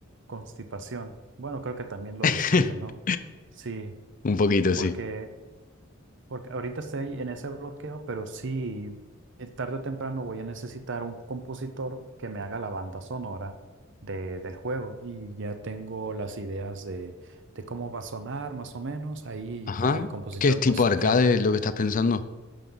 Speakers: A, on the right; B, on the left.
A: constipación. Bueno, creo que también lo
B: <laughs>
A: describe, ¿no? Sí,
B: Un poquito,
A: porque,
B: sí.
A: porque ahorita estoy en ese bloqueo, pero sí, eh, tarde o temprano voy a necesitar un compositor que me haga la banda sonora de, del juego y ya tengo las ideas de, de cómo va a sonar más o menos. Ahí
B: Ajá,
A: ya el compositor
B: ¿qué es tipo
A: pues que
B: arcade lo que estás pensando?